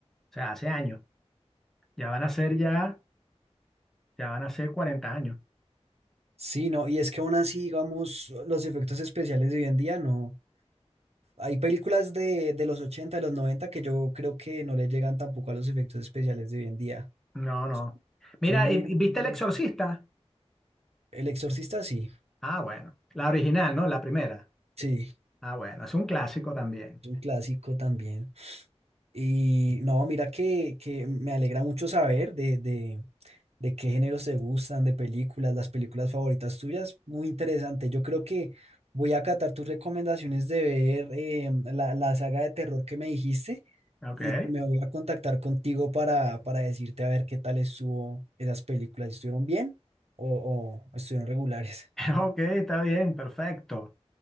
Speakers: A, in the centre; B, on the right (about 65°).
A: o sea, hace años. Ya van a ser
B: sí,
A: ya, ya van a ser 40 años.
B: sí, no, y es que aún así, digamos, los efectos especiales de hoy en día no. Hay películas de, de los 80, de los 90 que yo creo que no le llegan tampoco a los efectos especiales de hoy en día.
A: No, no.
B: Son,
A: Mira,
B: son muy...
A: ¿y-
B: bien
A: y ¿viste El Exorcista?
B: hechos. El Exorcista, sí,
A: Ah, bueno. La original, ¿no? La primera.
B: sí,
A: Ah, bueno, es un clásico también.
B: es un clásico también. Y no, mira que, que me alegra mucho saber de, de de qué géneros te gustan, de películas, las películas favoritas tuyas. Muy interesante. Yo creo que voy a acatar tus recomendaciones de ver eh, la, la saga de terror que me dijiste
A: Ok.
B: y
A: <laughs>
B: me voy a contactar contigo para, para decirte a ver qué tal estuvo esas películas. ¿Estuvieron bien o, o estuvieron regulares? <laughs>
A: Ok, está bien, perfecto.